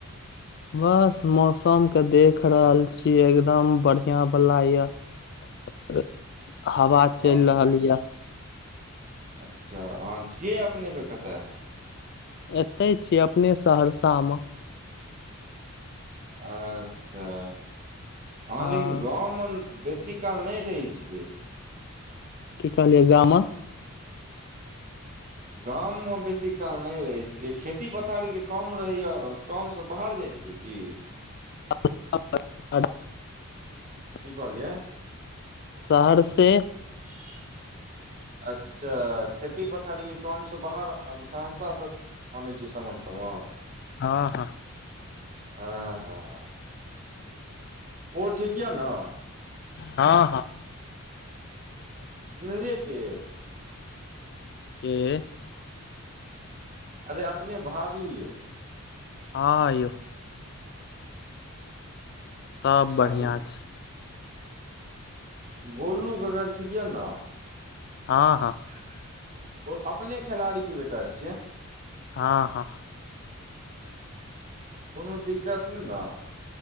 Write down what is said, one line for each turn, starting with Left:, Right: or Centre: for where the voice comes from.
Left: बस मौसम के देख रहल छी, एकदम बढ़िया बढ़िया बला य हवा। चल
Right: त
Left: रहल ये
Right: अच्छा! अहां छियै अपनेके कतऽ?
Left: एतय छीय अपने सहरसा मे।
Right: अच्छा! अहाँ
Left: आ
Right: लेकिन गाँवमे बेसी काल नहि रहै छियै?
Left: की कहलियै गाममे?
Right: गाम मे बेसी काल नहि रहैत छीये, खेती पथारी के कम रहैया, काम से बाहर जाइत छियै कि?
Left: <unintelligible>
Right: की कहलिय?
Left: सहरसे।
Right: ह <inaudible> अच्छा! खेती -पथारीे कामसँ बाहर सहरसाँ अनै छियै, समान-तमान?
Left: हँ हँ।
Right: हँ ह ओ ठीक यऽ न- -
Left: हँ हँ
Right: चिललिय के- -
Left: के- -
Right: अरे अपने भाभी यो- -
Left: हँ यौ- - सब बढ़िआँ
Right: आ
Left: छैइ।
Right: गोलू, गगन ठीक या न-
Left: हाँ हाँ
Right: - ओ अपने खेलाड़ी के बेटा छियै,
Left: हँ हँ- -
Right: कोनो दिक्कत नेइ न- -